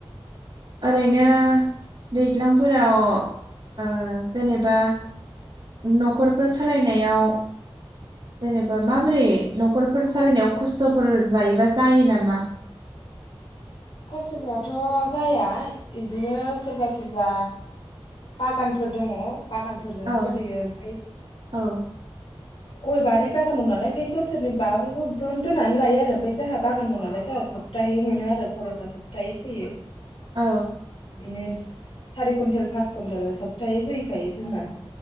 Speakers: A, on the right; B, on the left.
A: ओरैनो दैज ज्लांफोराव ओ जेनेबा न'खरफोर सालायनायाव जेनेबा माबोरै न'खरफोर सालायनायाव खस्थ'फोर मायोबा जायो नामा?
B: खस्थ'फ्राथ' जाया इदिनो सोरबा सोरबा बागानफोर दङ बागानफोरजों
A: औ
B: सोलियो ओमफाय
A: औ
B: गय बारि बागान दं नालाय ओमफफ्राय बोसोरनि माब दोननानै लायो आरो ओमफफ्राय जोंहा बागान दं नालाय जोंहा सप्ताहै मोनो आरो खरसाआ सप्तै फैयो
A: औ
B: दिनो सारि कुवन्टेल पास कुवन्टेल सब्थायै फैखायो जोंना